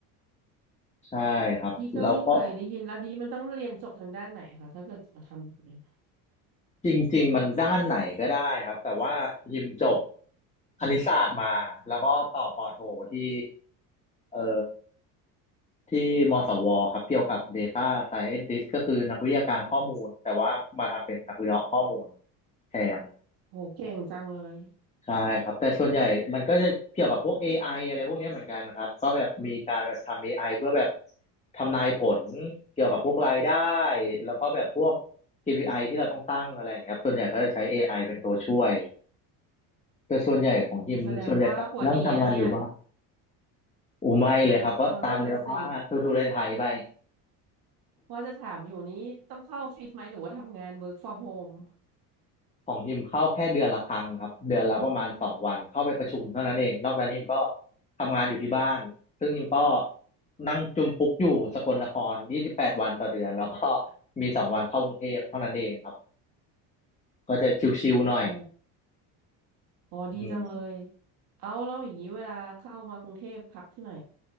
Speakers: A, on the left (about 15°); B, on the right (about 55°).
A: ใช่ครับแล้วก็
B: พี่ก็ไม่เคยได้ยินแล้วดีมันต้องเรียนจบทางด้านไหนคะถ้าเกิดจะมาทำแบบนี้
A: จริงๆมันด้านไหนก็ได้ครับแต่ว่าฮิมจบคณิตศาสตร์มาแล้วก็ต่อปอโทที่เอ่อที่มศวครับเกี่ยวกับ Data Scientist ก็คือนักวิทยาการข้อมูลแต่ว่ามาทำเป็นนักวิเคราะห์ข้อมูลแทน
B: โหเก่งจังเลย
A: ใช่ครับแต่ส่วนใหญ่มันก็จะเกี่ยวกับพวก AI อไออะไรพวกเนี้ยเหมือนกันครับก็แบบมีการแบบทำ AI เพื่อแบบทำนายผลเกี่ยวกับพวกรายได้แล้วก็แบบพวก KPI ที่เราต้องตั้งอะไรอย่างเงี้ยครับส่วนใหญ่ก็จะใช้ AI เป็นตัวช่วยแต่ส่วนใหญ่ของทีมส่วนใหญ่จะนั่งทำงานอยู่ว่าน
B: โหแสดงว่าหัวดีนะเนี่ย
A: อูไม่เลยครับก็ตามเนื้อผ้าทูทูไทยๆไป
B: เออนั่นน่ะสิว่าจะถามอยู่นี้ต้องเข้าออฟฟิศไหมหรือว่าทำงาน work from home
A: ของฮิมเข้าแค่เดือนละครั้งครับเดือนละประมาณสองวันเข้าไปประชุมเท่านั้นเอง นอกนั้นฮิมก็ทำงานอยู่ที่บ้าน ซึ่งฮิมก็นั่งจุมปุกอยู่สกลนครยี่สิบแปดวันต่อเดือนแล้วก็มีสองวันเข้ากรุงเทพเท่านั้นเองครับก็จะชิวๆหน่อย
B: อ๋อ อ๋อดีจังเลย
A: อืม
B: เอาแล้วอย่างนี้เวลาเข้ามากรุงเทพพักที่ไหน